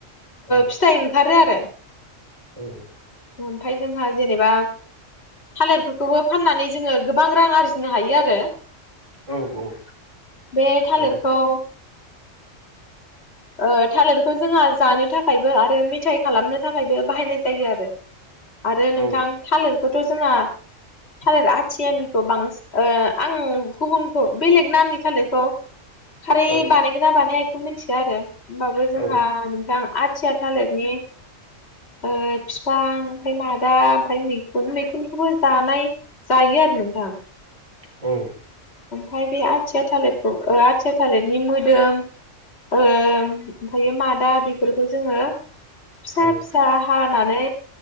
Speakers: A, on the right; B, on the left.
A: औ
B: फिथाइ ओंखारो आरो।
A: औ।
B: ओमफाय जों जोंहा जेनेबा थालिरफोरखौबो फाननानै जोङो गोबां रां आरजिनो हायो।
A: औ औ
B: बे थालिरखौ
A: नंगौ
B: ओ थालेरखौ जोंहा जानो थाखायबो आरो मेथाइ खालामनो थाखायबो बाहायनाय जायो आरो आरो नोंथां
A: औ
B: थालेर थ' जोंहा थालिर आथियानिखौ बांसिन आं गुबुनखौ बेलेग नामनि थालेरखौ खारै
A: औ
B: बानायगोन ना बानाय आ बेखौ मिथिया आरो होमबाबो जोंहा
A: औ
B: नोंथां आथिया थालिरनि ओ बिफां ओमफाय मादा ओमफाय मैखुन मैखुनखौबो जानाय जायो आरो नोंथां
A: औ
B: ओमफाय बे आथिया थालिरखौ आथिया थालिरनि मोदोम ओ ओमफायो मादा बेफोरखौ जोङो फिसा
A: औ
B: फिसा हानानै